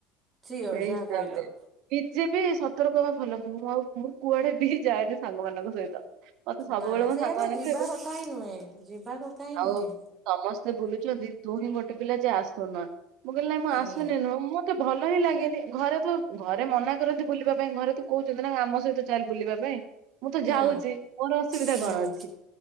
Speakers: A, on the right; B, on the right.
A: ସିଅର
B: ସେଇ
A: ଯାହା
B: ହିସାବରେ
A: କହିଲ।
B: ନିଜେ ବିି ସତର୍କ ହବା ଭଲ। ମୁଁ ଆଉ ମୁଁ କୁଆଡେ ବି ଯାଏନି ସାଙ୍ଗମାନଙ୍କ ସହିତ। ମତେ ସବୁବେଳେ
A: ନା
B: ମୋ
A: ସେଇଆ
B: ସାଙ୍ଗମାନେ
A: ବା ଯିବା
B: କହିବେ
A: କଥା ହିଁ ନୁହେଁ ଯିବା କଥା ହିଁ
B: ଆଉ
A: ନୁହେଁ
B: ସମସ୍ତେ ସେ ବୁଲୁଚନ୍ତି ତୁ ହିଁ ଗୋଟେ ପିଲା ଯିଏ ଆସୁନୁ। ମୁଁ କଇଲି ନାଇଁ ମୁଁ
A: ହୁଁ
B: ଆସୁନି ନୁହଁ ମୋତେ ଭଲ ଭଲ ହିଁ ଲାଗେନି। ଘରେ ତ ଘରେ ମନା କରନ୍ତି ବୁଲିବା ପାଇଁ ଘରେ ତ କହୁଛନ୍ତି ନା ଆମ ସହିତ ଚାଲ ବୁଲିବା ପାଇଁ। ମୁଁ ତ
A: ହୁଁ
B: ଯାଉଛି ମୋର ଅସୁବିଧା
A: ହୁଁ
B: କଣ ଅଛି?